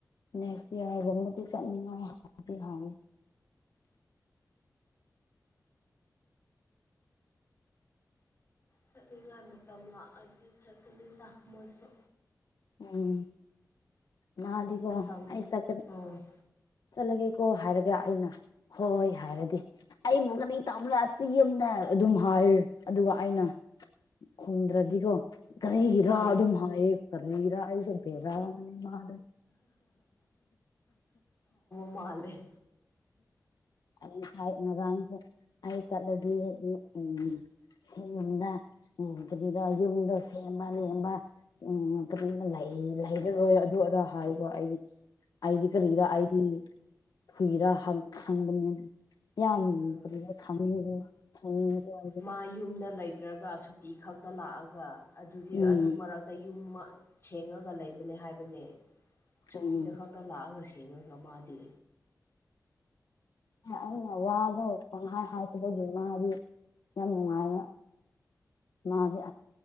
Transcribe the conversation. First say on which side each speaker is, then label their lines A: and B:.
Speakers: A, on the left; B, on the left.
A: ꯅꯦꯛ ꯌꯥꯔꯒꯨꯝꯕꯗꯤ ꯆꯠꯅꯤꯡꯉꯥꯏꯗꯤ ꯍꯥꯎꯉꯤ
B: ꯆꯠꯂꯤꯉꯥꯏ ꯃꯇꯝ ꯂꯥꯛꯑꯗꯤ ꯆꯠꯀꯅꯤꯗ ꯃꯣꯏꯁꯨ
A: ꯎꯝ ꯃꯥꯒꯣ
B: ꯃꯇꯝ
A: ꯑꯩꯁꯈ
B: ꯑꯣ
A: ꯆꯠꯂꯒꯦꯀꯣ ꯍꯥꯏꯔꯒ ꯑꯩꯅ ꯍꯣꯏ ꯍꯣꯏ ꯍꯥꯏꯔꯗꯤ ꯑꯩꯕꯨ ꯀꯔꯤ ꯇꯥꯎꯕ꯭ꯔꯛꯁꯤ ꯌꯨꯝꯗ ꯑꯗꯨꯝ ꯍꯥꯏ ꯑꯗꯨꯒ ꯑꯩꯅ ꯈꯨꯝꯗ꯭ꯔꯗꯤꯀꯣ ꯀꯔꯤꯒꯤ
B: ꯎꯝ
A: ꯔꯥ ꯑꯗꯨꯝ ꯍꯥꯏꯌꯦ ꯀꯔꯤ ꯔꯁꯨ ꯐꯦ ꯔꯥ ꯋꯥꯅꯤ ꯃꯥꯗ
B: ꯃꯥꯂꯦ
A: ꯑꯗꯨ ꯉꯁꯥꯏꯅꯔꯥꯡꯁꯦ ꯑꯩ ꯆꯠꯂꯗꯤ ꯎꯝ ꯁꯤ ꯌꯨꯝꯗ ꯎ ꯑꯗꯨꯗ ꯌꯨꯝꯗ ꯁꯦꯝꯕ ꯂꯕ ꯎꯝ ꯀꯅ ꯂꯩꯔꯔꯣꯏ ꯑꯗꯨ ꯑꯗꯥ ꯍꯥꯏꯀꯣ ꯑꯩꯗꯤ ꯑꯩꯗꯤ ꯀꯔꯤꯗ ꯑꯩꯗꯤ ꯀꯨꯏꯔ ꯈꯪꯕꯅꯤꯅ ꯌꯥꯝ
B: ꯎꯝ
A: ꯀꯨꯔ ꯁꯥꯡꯅꯤꯡ <unintelligible>
B: ꯃꯥ ꯌꯨꯝꯗ ꯂꯩꯇ꯭ꯔꯒ ꯁꯨꯇꯤ ꯈꯛꯇ ꯂꯥꯛꯑꯒ ꯑꯗꯨꯗꯤ
A: ꯎꯝ
B: ꯑꯗꯨ ꯃꯔꯛꯇ ꯌꯨꯝ ꯁꯦꯡꯉꯒ ꯂꯩꯕꯅꯦ ꯍꯥꯏꯕꯅꯦ ꯁꯨꯇꯤꯗ
A: ꯎꯝ
B: ꯈꯛꯇ ꯂꯥꯛꯑꯒ ꯁꯦꯡꯉꯒ ꯃꯥꯗꯤ
A: ꯑꯩꯅ ꯋꯥꯗ ꯄꯪꯍꯥꯏ ꯍꯥꯇꯕꯒꯤ ꯃꯥꯗꯤ ꯌꯥꯝ ꯅꯨꯡꯉꯥꯏꯌꯦ <unintelligible>